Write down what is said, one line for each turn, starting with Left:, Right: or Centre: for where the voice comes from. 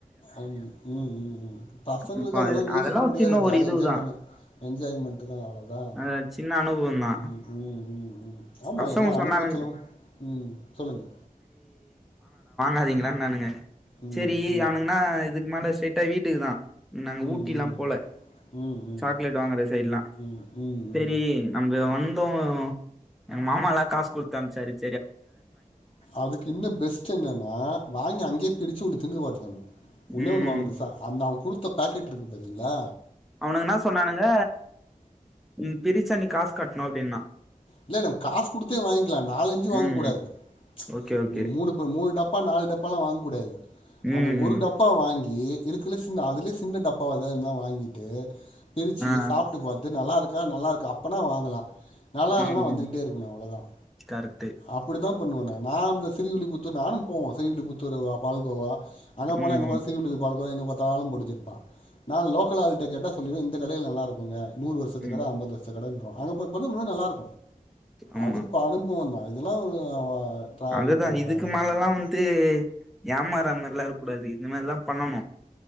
Left: உம் உம் உம் பசங்களுக்கு
Centre: இப்ப
Left: அதெல்லாம்
Centre: அது
Left: யோசிக்க
Centre: அதெல்லா ஒரு
Left: முடியாது
Centre: சின்ன
Left: ஜாலியா
Centre: ஒரு இதுதா
Left: என்ஜாய்பண்னு ஜாய்மெண்ட் தான் அவ்ளவுதான்
Centre: அ சின்ன அனுபவந்தா
Left: உம் உம் உம் ஆமா
Centre: பசங்க
Left: எல்லா
Centre: சொன்னானுங்க
Left: அனுபவத்திலும் உம் சொல்லுங்க
Centre: ங்களா நானு
Left: ம்
Centre: செரி
Left: ம்
Centre: அவனுக்குன்னா இதுக்கு மேல ஸய்டா வீட்டு க்குதான் நாங்க
Left: ம்
Centre: ஊட்டி எல்லா
Left: ம்
Centre: போல
Left: ம் ம்
Centre: சாக்லேட் வாங்குற சைடுலாம்
Left: ம் ம்
Centre: பெரி
Left: ம்
Centre: நம்ம வந்தோ எங்க மாமா தா காசு கொடுத்த அனுச்சுசு
Left: அதுக்கு இன்னு பெஸ்ட் என்னன்னா வாங்கி அங்கேயே பிரிச்சு ஒண்ணு தின்னு பாத்துகணும் ஒன்னே
Centre: ம்
Left: ஒண்ணு வாங்கினும் சார் அந்த குடுத்த பேக்கெட் இருக்கு பாத்திங்களா
Centre: அவனுங்க என்ன சொன்னானுங்க உ பிரிச்சா நி காசு கட்டணும் அப்படின்னா
Left: இல்ல நம்ம காசு குடுத்தே வாங்கிகலாம் நாலஞ்சு வாங்ககூடாது
Centre: ம் ஓகே ஓகே
Left: நீ மூணு பெ மூனு டப்பா நாலு டப்பாலா வாங்ககூடாது
Centre: ம்
Left: அந்த ஒரு
Centre: ம்
Left: டப்பா வாங்கி ஏ இருக்குல சின்ன அதுலயே சின்ன டப்பாவ ஏதாது இருந்தா வாங்கிட்டு பிரிச்சு
Centre: ஆ
Left: சாப்பிட்டு பா இது நல்லா இருக்கா நல்லா இருக்க அப்பனா வாங்கலாம் நல்லாலனா
Centre: ம்,
Left: வந்துக்கிட்டே
Centre: ம்.
Left: இருக்கணும் அவ்வளோதான்
Centre: கரெக்ட்டு.
Left: அப்படி தான் பண்ணுவேனே நான் இந்த ஸ்ரீவில்லிபுத்தூர் நானும் போவோன் ஸ்ரீவில்லிப்புத்தூர் பால்கோவா அங்க போனா
Centre: ம்,
Left: எங்க பா ஸ்ரீவில்லி பால்கோவா எங்க பத்தலும் படிச்சிருப்பான் நான் லோக்கல்ஆள்கிட்ட கேட்ட சொல்லன் இந்த கடையில் நல்லா இருக்குங்க நூறு வருஷத்து
Centre: ம்.
Left: கட ஐம்பது வருத்து கடன்றிறான் அங்க போய் பண்ணும் போது நல்லார்க்கும்
Centre: ஆமா.
Left: அது அனுபவம்தா ல்லா ஒரு டிராவல்
Centre: அதுதான்
Left: பண்ற
Centre: இதுக்கு
Left: அனுபவங்கள்
Centre: மேல எல்லாம் வந்து ஏமாறமாரிலாம் இரு கூடாது இந்த மாரிதாம் பண்ணனும்